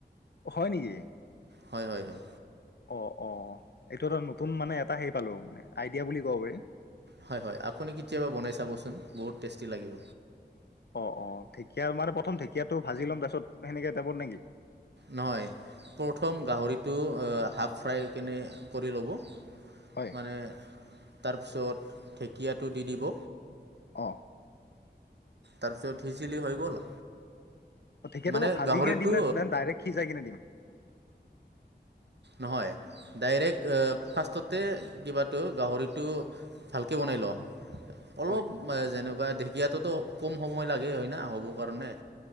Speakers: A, on the left (about 65°); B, on the right (about 70°).
A: অ হয় নিকি
B: হয় হয় হয়
A: অ অ এইটো এটা নতুন মানে এটা হেই পালো মানে আইডিয়া বুলি কব পাৰি
B: হয় হয় আপুনি কেতিয়াবা বনাই চাবচোন বহুত টেষ্টি লাগিব
A: অ অ ঢেকীয়া মানে প্ৰথম ঢেকীয়াটো ভাজি ল'ম তাৰপিছত সেনেকে টাইপত নেকি
B: নহয় প্ৰথম গাহৰিটো হাফ ফ্ৰাই কেনে কৰি ল'ব
A: হয়
B: মানে তাৰপিছত ঢেঁকীয়াটো দি দিব
A: অ
B: তাৰপিছত হিচিলি হৈ গল
A: ঢেকিয়াটো
B: মানে
A: মই ভাজি
B: গাহৰিটো
A: কিনে দিম নে নে ডাইৰেক্ট সিজাই কিনে দিম
B: নহয় ডাইৰেক্ট ফাৰ্ষ্টতে কিবাটো গাহৰিটো ভালকে বনাই লৱ অলপ
A: হয়
B: যেনেকুৱা ঢেকীয়াটোতো কম সময় লাগে হয় নে হ'ব কাৰণে